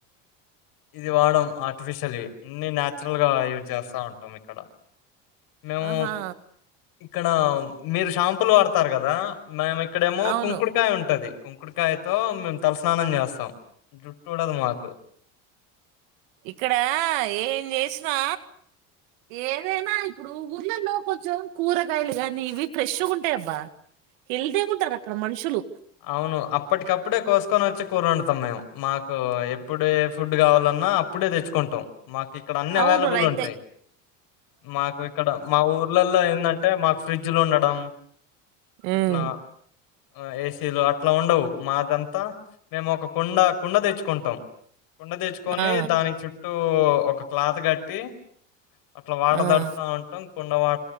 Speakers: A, on the left (about 65°); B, on the right (about 80°).
A: ఇది వాడం ఆర్టిఫిషియల్ అన్ని నచురల్ గా యూజ్ చేస్తా ఉంటాం ఇక్కడ మేము
B: ఆహా
A: ఇక్కడ మీరు షాంపులు వాడతారు కదా మేము ఇక్కడేమో
B: అవును
A: కుంకుడుకాయ ఉంటది కుంకుడుకాయతో మేము తలస్నానం చేస్తాం జుట్టుడదు మాకు
B: ఇక్కడ ఏం చేసినా ఏదైనా ఇప్పుడు ఊర్లల్లో కొంచెం కూరగాయలు కానీ ఇవి ఫ్రెష్ ఉంటాయి అబ్బా హెల్తీగాగా ఉంటారు అక్కడ మనుషులు
A: అవును అప్పటికప్పుడే కోస్త పసుకొని వచ్చి కూర వండుతాం మేము మాకు ఎప్పుడు ఏ ఫుడ్ కావాలన్నా అప్పుడే తెచ్చుకుంటాం మాకు ఇక్కడ అన్ని అవైలబుల్
B: అవును రైటే
A: ఉంటాయి మాకు ఇక్కడ మా ఊర్లలో ఏంటంటే మాకు ఫ్రిడ్జ్లు ఉండడం
B: ఉమ్,
A: ఇట్లా ఆ ఏసి చీలు అట్లా ఉండవు మాదంతా మేము ఒక కుండ కుండ తెచ్చుకుంటాం కుండ తెచ్చుకొని
B: ఆ
A: దాని చుట్టూ ఒక క్లాత్ కట్టి అట్లా వాట
B: ఆ
A: తడుతా ఉంటాం కుండ వా